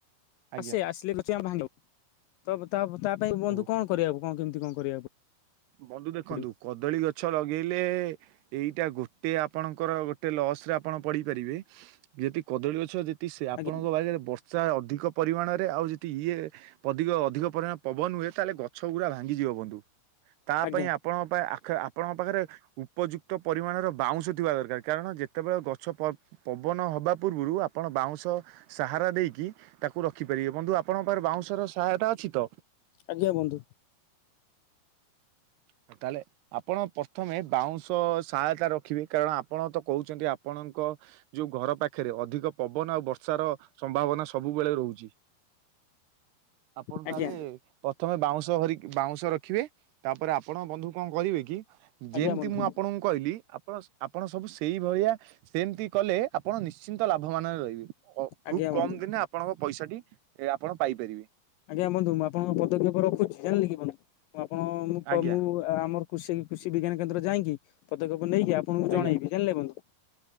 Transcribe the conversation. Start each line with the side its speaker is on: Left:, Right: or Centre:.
Right: ଆଜ୍ଞା
Left: ଆସେ ଆସିଲେ ଆ ଭାଙ୍ଗ ତ ତା ତା ପାଇଁ ବନ୍ଧୁ
Right: ଓହୋ
Left: କଣ କରିବାକୁ କଣ କେମିତି କଣ କରିବାକୁ
Right: ବନ୍ଧୁ ଦେଖନ୍ତୁ
Left: ପଡିବ
Right: କଦଳୀ ଗଛ ଲଗେଇଲେ ଏଇଟା ଗୋ ତେ ଆପଣଙ୍କର ଗୋଟେ ଲସ ରେ ଆପଣ ପଡିପାରିବେ ଯଦି କଦଳୀ ଗଛ ସେ ଆପଣଙ୍କ
Left: ଆଜ୍ଞା
Right: ବାାଇରେ ବର୍ଷା ଅଧିକ ପରିମାଣରେ ଆଉ ଯଦି ଇଏ ଅଧିକ ଅଧିକ ପରିମାଣ ପବନ ହୁଏ ତାହେଲେ ଗଛ ଗୁଡ଼ା ଭାଙ୍ଗିଯିବ ବନ୍ଧୁ ତା
Left: ଆଜ୍ଞା
Right: ପାଇଁ ଆପଣଙ୍କ ଆ ଆପଣଙ୍କ ପାଖରେ ଉପଯୁକ୍ତ ପରିମାଣର ବାଉଁଶ ଥିବା ଦରକାର କାରଣ ଯେତେବେଳେ ଗଛ ପ ପବନ ହେବା ପୂର୍ବରୁ ଆପଣ ବାଉଁଶ ସାହାରା ଦେଇକି ତାକୁ ରଖିପାରିବେ ବନ୍ଧୁ ଆପଣଙ୍କ ପାଖରେ ବାଉଁଶର ସହାୟତା ଅଛି ତ?
Left: ଆଜ୍ଞା ବୁନ୍ଧୁ।
Right: ହ ତାହଲେ ଆପଣ ପ୍ରଥମେ ବାଉଁଶ ସହାୟତା ରଖିବେ କାରଣ ଆପଣ ତ କହୁଛନ୍ତି ଆପଣଙ୍କ ଯୋଉ ଘର ପାଖରେ ଅଧିକ ପବନ ଆଉ ବର୍ଷାର ସମ୍ଭାବନା ସବୁବେଳେ ରହୁଛି। ଆପଣ
Left: ଆଜ୍ଞା
Right: ତାହେଲେ ପ୍ରଥମେ ବାଉଁଶର ବାଉଁଶ ରଖିବେ ତାପରେ ଆପଣ ବନ୍ଧୁ କଣ କହିବେ କି
Left: ଆଜ୍ଞା
Right: ଯେମିତି
Left: ବନ୍ଧୁ
Right: ମୁଁ ଆପଣଙ୍କୁ କହିଲି ଆପଣ ଆପଣ ସବୁ ସେଇଭଳିଆ ସେମିତି କଲେ ଆପଣ ନିଶ୍ଚିନ୍ତ ଲାଭ ମାନରେ ରହିବେ ଖୁବ୍
Left: ଆଜ୍ଞା
Right: କମ
Left: ବନ୍ଧୁ
Right: ଦିନେ ଆପଣଙ୍କ ପଇସା ଟି ଏ ଆପଣ ପାଇପାରିବେ।
Left: ଆଜ୍ଞା ବନ୍ଧୁ ମୁଁ ଆପଣଙ୍କ ପଦକ୍ଷେପ ରଖୁଛି ଜାଣିଲେ କି ବନ୍ଧୁ ମୁଁ ଆପଣ
Right: ଆଜ୍ଞା
Left: ମୁଁ ଆମର କୃଷି କୃଷି ବିଜ୍ଞାନ କେନ୍ଦ୍ର ଯାଇକି ପଦକ୍ଷେପ ନେଇକି ଆପଣଙ୍କୁ
Right: ଆଜ୍ଞା
Left: ଜଣେଇବି ଜାଣିଲେ ବନ୍ଧୁ।